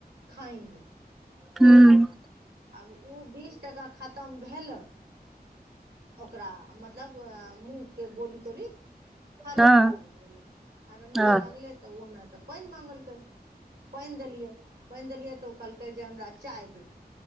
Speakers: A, on the right (about 75°); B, in the centre.
A: खाएंगे
B: हुँ
A: आब ओ बीस टका खतम भेलऽ ओकरा मतलब मुँह के बोली तोली हरण
B: हँ
A: हुए लागले हरण हुए
B: हँ
A: लागलै तऽ ओ हमरास पानि मांगलकै पानि देलियै पानि देलियै तऽ ओ कहलकै जे हमरा चाय दे